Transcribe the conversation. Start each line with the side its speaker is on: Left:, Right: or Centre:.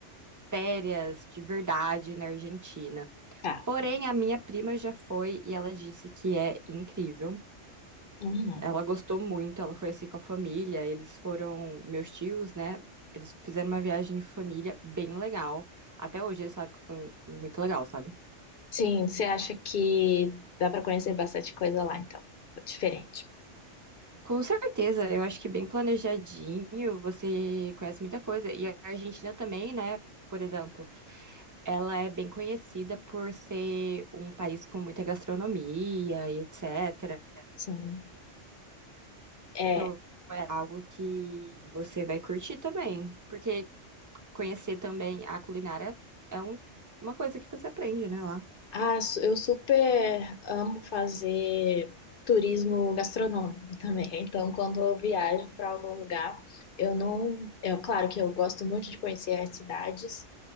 Right: férias de verdade na Argentina.
Left: Tá.
Right: Porém, a minha prima já foi e ela disse que é incrível.
Left: Uhum.
Right: Ela gostou muito, ela foi assim com a família, eles foram, meus tios, né? Eles fizeram uma viagem em família bem legal. Até hoje eles sabem que foi muito legal, sabe?
Left: Sim, você acha que dá para conhecer bastante coisa lá, então. Diferente.
Right: Com certeza, eu acho que bem planejadinho, você conhece muita coisa. E a Argentina também, né? Por exemplo, ela é bem conhecida por ser um país com muita gastronomia e etc.
Left: Sim. É.
Right: Então é algo que você vai curtir também. Porque, conhecer também a culinária é um- uma coisa que você aprende, né, lá.
Left: Ah, su- eu super amo fazer turismo gastronômico <laughs> também. Então, quando eu viajo para algum lugar, eu não. É claro que eu gosto muito de conhecer as cidades